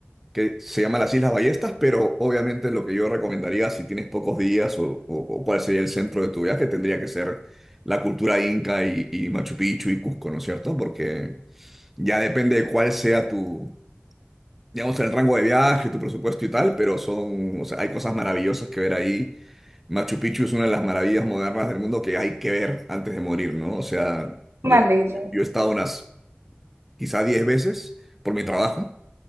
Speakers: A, in the centre; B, on the right (about 85°).
A: que se llama las Islas Ballestas, pero obviamente lo que yo recomendaría si tienes pocos días o, o- o cuál sería el centro de tu viaje tendría que ser la cultura inca y, y Machu Picchu y Cusco, ¿no es cierto? Porque ya depende de cuál sea tu digamos, en el rango de viaje, tu presupuesto y tal, pero son, o sea, hay cosas maravillosas que ver ahí. Machu Picchu es una de las maravillas modernas del mundo que hay que ver antes de morir, ¿no? O sea, yo,
B: me han dicho.
A: yo he estado unas quizá 10 veces por mi trabajo,